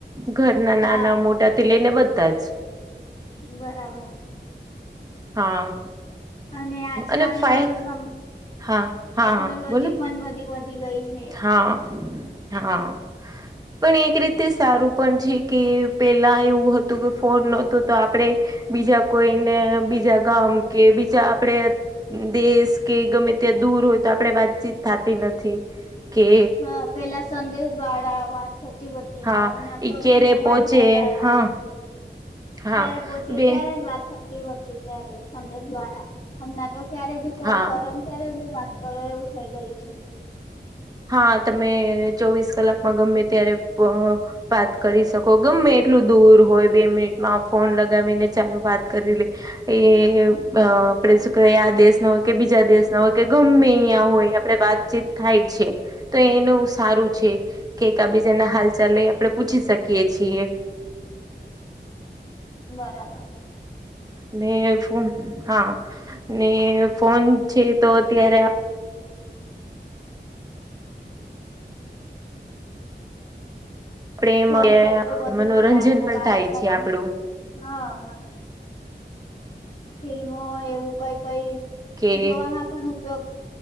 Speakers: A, on the right; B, on the left.
A: ઘરના
B: હા
A: નાના મોટાથી લઈને બધા જ
B: બરાબર
A: હા
B: અને આજકાલ
A: અને ફાઇલ
B: ન સમ
A: હા
B: ટેકનોલોજી
A: હા હા બોલો
B: પણ બધી વધી ગઈ છે.
A: હા હા પણ એક રીતે સારું પણ છે કે પેલા એવું હતું કે ફોન નહતો તો આપણેે બીજા કોઈને બીજા ગામ કે બીજા આપણે દેશ કે ગમે ત્યાં દૂર હોય તો આપડણે વાતચીત થતી નથી. કે
B: હા પેલા સંદેશ દ્વાળા વાત થતી બતી
A: હા
B: આમના
A: ઈ
B: તો
A: ક્યારે
B: મોબાઈલ
A: પહોંચે
B: થઈ ગયા.
A: હા હા
B: જયારે પોહોંચીે
A: બે
B: ત્યારે જ વાત થ ત્યારે સંદેશ દ્વારા હમણાં તો ક્યારે બી કોલ
A: હા
B: કરો અત્યારે બી વાત કરો એવું થઇ ગઈ છે.
A: હા તમે ચોવીસ કલાકમાં ગમે ત્યારે વાત કરી શકો ગમે એટલું દૂર હોય બે મિનિટમાં ફોન લગાવીને ચાલો વાત કરી લે એ આપડે શું કય આ દેશ ના હોય કે બીજા દેશ ના હોય કે ગમે અહીયા હોય આપણે વાત વા થાય છે તો એનું સારું છે કે એક આબીજાના હાલ ચાલે આપડણે પૂછી શકીયએ છીએ
B: બરાબર
A: ને ફન હા ને ફોન છે તો અત્યારે આપણે એમાં
B: ફોન છે તો બધું
A: મનોરંજન
B: છે આજના
A: પણ
B: બાળકો
A: થાય છે
B: માટે
A: આપડું
B: હા ફિલ્મો એવું કઈ કઈ
A: કે
B: જોવાવામાં પણ ઉપયોગ